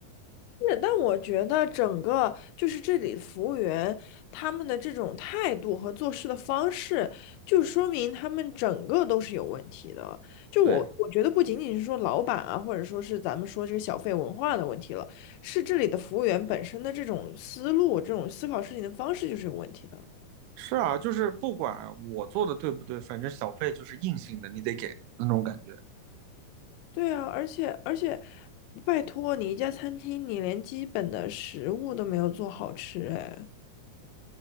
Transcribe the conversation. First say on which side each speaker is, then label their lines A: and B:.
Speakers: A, on the left; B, on the right.
A: 是，但我觉得整个就是这里服务员他们的这种态度和做事的方式，就说明他们整个都是有问题的。就我我觉得不仅仅是说老板啊，
B: 对。
A: 或者说是咱们说这个小费文化的问题了，是这里的服务员本身的这种思路、这种思考事情的方式就是有问题的。
B: 是啊，就是不管我做的对不对，反正小费就是硬性的，你得给那种感觉。
A: 对啊，而且而且，拜托你一家餐厅，你连基本的食物都没有做好吃，哎，